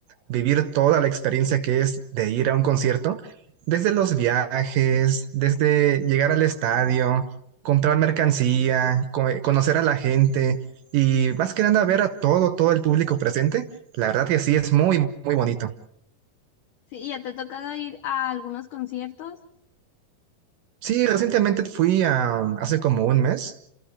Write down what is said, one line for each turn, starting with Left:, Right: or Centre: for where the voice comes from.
Right: vivir toda la experiencia que es de ir a un concierto, desde los viajes, desde llegar al estadio, comprar mercancía, co- conocer a la gente y más que nada ver a todo, todo el público presente, la verdad que sí es muy, muy bonito.
Left: Sí, ¿y ya te ha tocado ir a algunos conciertos?
Right: Sí, recientemente fui a, hace como un mes.